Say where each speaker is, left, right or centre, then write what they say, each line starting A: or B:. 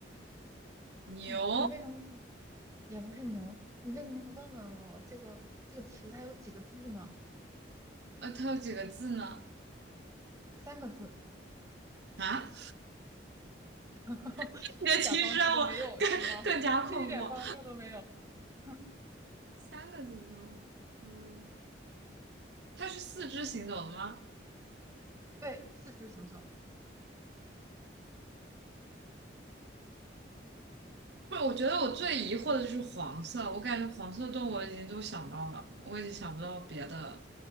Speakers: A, on the right; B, on the right.
A: 牛，
B: 你你为什么不，也不是牛，你为什么不问问我这个这个词它有几个字呢？
A: 呃，它有几个字呢？
B: 三个字，
A: 啊，
B: <laughs>
A: <laughs> 你的提示让我更更加困惑。
B: 一点儿帮助都没有是吗？<laughs> 一点帮助都没有。<laughs>
A: 三个字动物，嗯，它是四肢行走的吗？
B: 对，四肢行走，
A: 不是，我觉得我最疑惑的就是黄色，我感觉黄色动物我已经都想到了，我已经想不到别的，